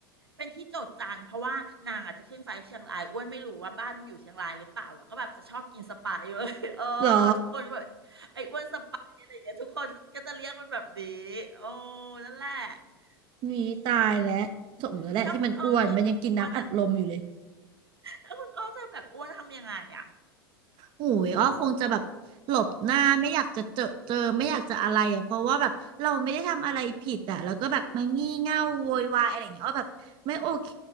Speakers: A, on the right (about 85°); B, on the right (about 40°).
A: เป็นที่โจษจันเพราะว่านางอาจจะขึ้นไฟล์เชียงรายอ้วนไม่รู้ว่าบ้านมันอยู่เชียงรายหรือเปล่าแล้วก็แบบจะชอบกินสไปซ์เว้ย <laughs> เออ
B: เหรอ
A: ทุกคนแบบไอ้อ้วนสไปซ์อะไรอย่างเงี้ยทุกคนก็จะเรียกมันแบบนี้โอ้นั่นแหละ อื
B: มีตายแล้วสมแล้วแหละที่มันอ้วนมันยังกินน้ำอัดลมอยู่เลย
A: มถ้าคุณอ้อเจอแบบอ้วนอ่ะถ้าคุณอ้อเจอแบบอ้วนทำยังไงอ่ะ
B: หูยอ้อคงจะแบบหลบหน้าไม่อยากจะเจอเจอไม่อยากจะอะไรอ่ะเพราะว่าแบบเราไม่ได้ทำอะไรผิดอ่ะแล้วก็แบบมางี่เง่าโวยวายอะไรอย่างเงี้ยอ้อแบบไม่โอเค